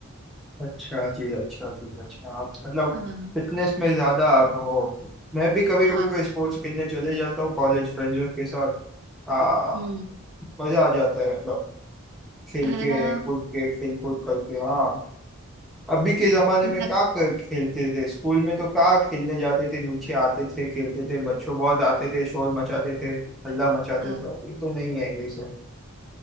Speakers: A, in the centre; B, on the right.
A: अच्छा जी अच्छा जी अच्छा आप मतलब
B: हाँ
A: फिटनेस में ज्यादा आप हो मैं भी कभी
B: हाँ
A: कभी कोई स्पोर्ट्स खेलने चले जाता हूँ कॉलेज फ्रेंड्स के साथ आ,
B: हम्म
A: मजा आ जाता है मतलब खेल
B: है
A: के
B: ना
A: कूद के खेल कूद करके हाँ अभी के जमाने
B: मैं-
A: में क्या क- खेलते थे स्कूल में तो क्या खेलने जाते थे नीचे आते थे खेलते थे बच्चों बहुत आते थे शोर मचाते थे हल्ला मचाते
B: हाँ
A: थे अभी तो नहीं है ये सब